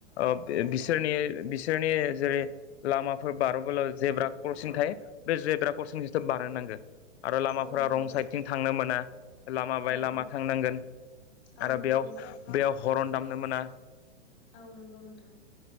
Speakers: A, on the left; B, on the left.
A: ओ बे
B: औ
A: बिसोरनि
B: औ
A: बिस- बिसोरनि जेरै लामाफोर बारलबोला जेब्रा क्रसिं थायो बे जेब्रा क्रसिं जिथो बारो नांगो गो आरो लामाफोरा
B: औ नंगौ
A: रं
B: नोंथां
A: साइडथिं थांनो मोना लामा बाय
B: औ
A: लामा
B: औ
A: थांनांगोन
B: औ
A: आरो
B: नंगौ
A: बेयाव
B: नोंथां
A: बेयाव हरन दामनो मोना
B: औ नंगौ नोंथां